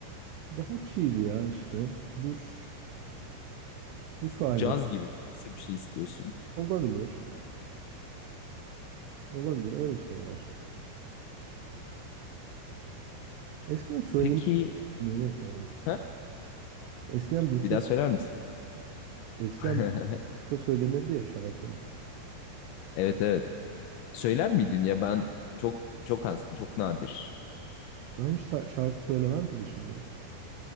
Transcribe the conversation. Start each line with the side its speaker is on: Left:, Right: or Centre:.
Right: Daha chill ya işte. Duş, duş hali.
Left: Caz gibi nasıl bir şey istiyorsun?
Right: Olabilir. Olabilir öyle şeyler. Eskiden söyleniyor
Left: Peki
Right: sanırım.
Left: ha?
Right: Eskiden duşta
Left: Bir daha söyler misin?
Right: eskiden
Left: <laughs>
Right: duşta söylenirdi ya şarkı.
Left: Evet evet. Söyler miydin ya ben çok çok az, çok nadir.
Right: Ben hiç sa- şarkı söylemem ki dışımdan.